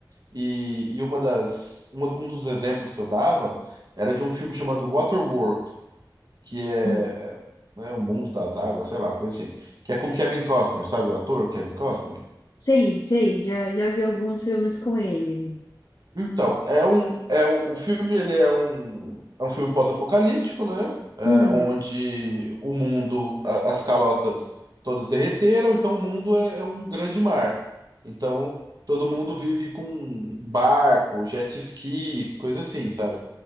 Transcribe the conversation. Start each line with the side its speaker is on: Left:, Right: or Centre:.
Right: E, e uma das, uma- um dos exemplos que eu dava era de um filme chamado Waterworld que é,
Left: Hum.
Right: né, O Mundo das Águas, sei lá, coisa assim, que é com Kevin Costner, sabe o ator Kevin Costner?
Left: Sei, sei. Já, já vi alguns filmes com ele.
Right: Então, é um, é o, o filme, ele é um, é um filme pós-apocalíptico, né? É,
Left: Hum,
Right: onde o mundo, a- as calotas todas derreteram, então o mundo é, é um grande mar. Então, todo mundo vive com barco, jet ski, coisa assim, sabe?